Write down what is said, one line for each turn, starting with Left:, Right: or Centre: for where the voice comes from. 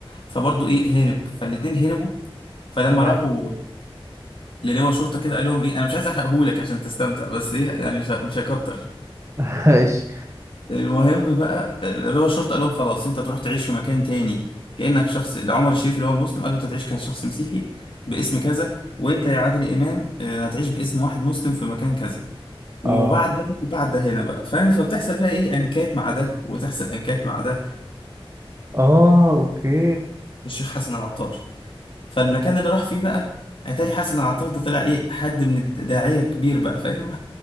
Left: فبرضو ايه هرب فالاتنين هربوا فلما
Right: تمام
Left: راحوا للواء شرطه كده قال لهم ايه انا مش عايز احرقهولك عشان تستمتع بس ايه يعني مش مش هكتر
Right: <laughs> ماشي
Left: المهم بقى رضا الشرطة قال لهم خلاص انت تروح تعيش في مكان تاني كأنك شخص عمر الشريف اللي هو المسلم قال له انت تعيش كشخص مسيحي باسم كذا وانت يا عادل امام اه، هتعيش باسم واحد مسلم في مكان كذا وبعد
Right: اه
Left: ده وبعد ده هنا بقى فاهم فبتحصل بقى ايه انكات مع ده وتحصل انكات مع ده
Right: اه اوكي
Left: الشيخ حسن العطار فالمكان اللي راح فيه بقى اتاري حسن العطار ده طلع ايه حد من الداعية كبير بقى فاهم